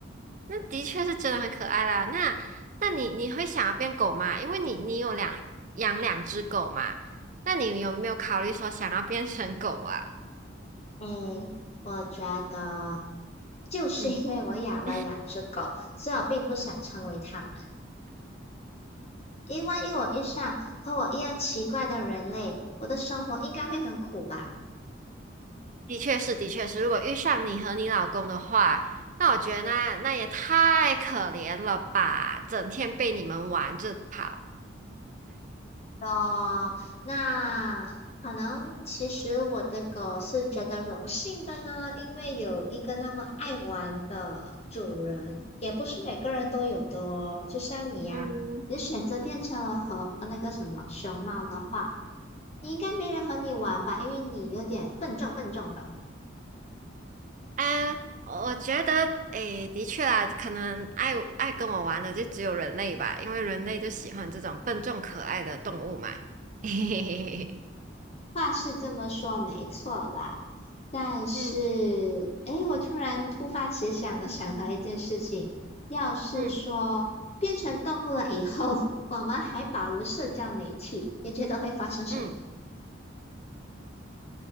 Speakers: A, on the right (about 40°); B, on the left (about 30°).
A: 那的确是真的很可爱啦。那那你你会想要变狗吗？因为你你有两养两只狗嘛，那你有没有考虑说想要变成狗啊？
B: 哎，我觉得就是因为我养了两只狗，
A: 嗯，<laughs>
B: 所以我并不想成为它们。因为万一我遇上和我一样奇怪的人类，我的生活应该会很苦吧。
A: 的确是，的确是。如果遇上你和你老公的话，那我觉得那那也太可怜了吧，整天被你们玩着跑。
B: 哦，那可能其实我的狗是觉得荣幸的呢，因为有一个那么爱玩的主人，也不是每个人都有的哦。就像你呀、
A: 嗯，
B: 你选择变成了和呃那个什么熊猫的话，你应该没人和你玩吧，因为你有点笨重笨重的。
A: 啊，我觉得，诶，的确啦，可能爱爱跟我玩的就只有人类吧，因为人类就喜欢这种笨重可爱的动物嘛。<laughs> 嘿嘿嘿嘿嘿。
B: 话是这么说，没错啦。但是，
A: 嗯
B: 诶，我突然突发奇想的想到一件事情，要是说变成动物了以后，
A: 嗯
B: <laughs> 我们还保留社交媒体，你觉得会发生什么？
A: 嗯，